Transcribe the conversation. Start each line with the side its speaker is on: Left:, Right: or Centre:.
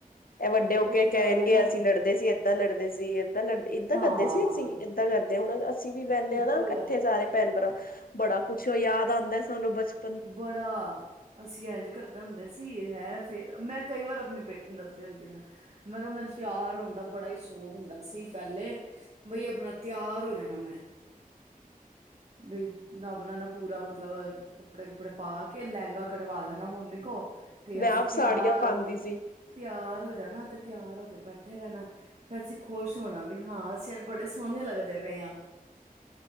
Left: ਐ ਵੱਡੇ ਹੋ
Right: ਉਹੀ
Left: ਕੇ
Right: ਤੇ
Left: ਕਹਿਣਗੇ
Right: ਗੱਲ ਹੈ ਨਾ
Left: ਅਸੀਂ ਲੜਦੇ ਸੀ, ਏਦਾਂ ਲੜਦੇ ਸੀ, ਏਦਾਂ ਲੜਦੇ ਏਦਾਂ
Right: ਹਾਂ
Left: ਕਰਦੇ ਸੀ ਅਸੀਂ। ਐਦਾਂ ਕਰਦੇ ਹੁਣ ਅਸੀਂ ਵੀ ਬਹਿਣੇ
Right: ਬਿਲਕੁਲ
Left: ਆ ਨਾ ਕੱਠੇ ਸਾਰੇ ਭੈਣ ਭਰਾ ਬੜਾ ਕੁਛ ਯਾਦ ਆਂਦਾ ਸਾਨੂੰ ਬਚਪ
Right: ਬੜਾ। ਅਸੀਂ ਐਂਝ ਕਰਦੇ ਹੁੰਦੇ ਸੀ ਹੈ ਫੇਰ ਮੈਂ ਕਈ ਵਾਰ ਆਪਣੀ ਬੇਟੀ ਨੂੰ ਦੱਸਦੀ ਹੁੰਦੀ ਹਾਂ। ਮੈਂ ਕਹਾ ਮੈਨੂੰ ਤਿਆਰ ਹੋਣ ਦਾ ਬੜਾ ਹੀ ਸ਼ੌਕ ਹੁੰਦਾ ਸੀ ਪਹਿਲੇ। ਬਈ ਆਪਣਾ ਤਿਆਰ ਹੋ ਜਾਣਾ ਮੈਂ। ਬਈ ਅਪਣਾ ਨਾ ਪੂਰਾ ਮਤਲਬ ਕੱਪੜੇ ਕੁਪੜੇ ਪਾ ਕੇ ਲਹਿੰਗਾ ਕਢਵਾ ਲੈਣਾ ਮੰਮੀ ਕੋਲ। ਤੇ
Left: ਮੈਂ
Right: ਅਸੀਂ
Left: ਆਪ
Right: ਤਿਆਰ,
Left: ਸਾੜੀਆਂ ਪਾਉਂਦੀ ਸੀ।
Right: ਤਿਆਰ ਹੋ ਜਾਣਾ ਤੇ ਤਿਆਰ ਹੋ ਕੇ ਬੈਠੇ ਰਹਿਣਾ। ਫਿਰ ਅਸੀਂ ਖੁਸ਼ ਹੋਣਾ ਵੀ ਹਾਂ ਅਸੀਂ ਅੱਜ ਬੜੇ ਸੋਹਣੇ ਲੱਗਦੇ ਪਏ ਆ।